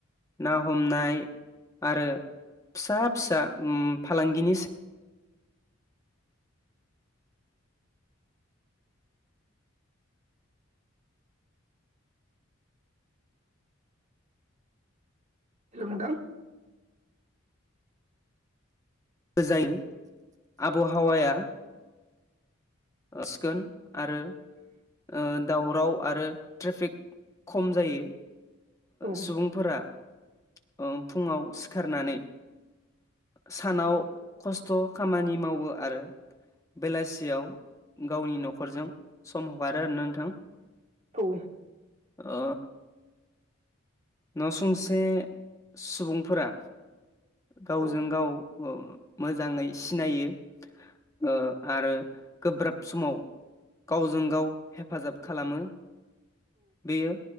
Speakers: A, on the left (about 15°); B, on the right (about 35°).
A: ना हमनाय आरो फिसा फिसा ओम फालांगिनि
B: हेल' नोंथां
A: होजायो आब' हावाया सिखोन आरो ओ दावराव आरो ट्रेफिक खम जायो
B: औ
A: सुबुंफोरा ओ फुङाव सिखारनानै सानाव खस्थ' खामानि मावो आरो बेलासियाव गावनि न'खरजों सम हगारो आरोना नोंथां
B: औ
A: अ न' संसे सुबुंफोरा गावजों
B: औ
A: गाव मोजाङै सिनायो ओ आरो गोब्राब समाव गावजों गाव हेफाजाब खालामो बेयो